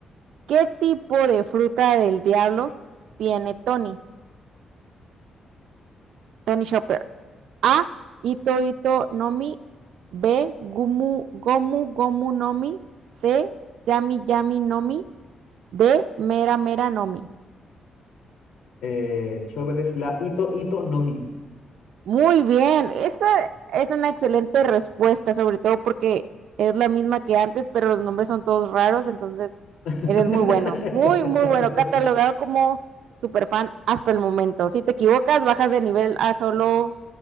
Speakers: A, on the right; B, on the left.
A: ¿qué tipo de fruta del diablo tiene Tony? Tony Shopper. A, Ito Ito Nomi. B, Gumu Gomu Gomu Nomi. C, Yami Yami Nomi. D, Mera Mera Nomi.
B: Eh, Chopper es la Ito Ito no Mi.
A: Muy bien, esa es una excelente respuesta, sobre todo porque es la misma que antes, pero los nombres son todos raros, entonces
B: <laughs>
A: eres muy bueno, muy, muy bueno, catalogado como superfan hasta el momento. Si te equivocas, bajas de nivel a solo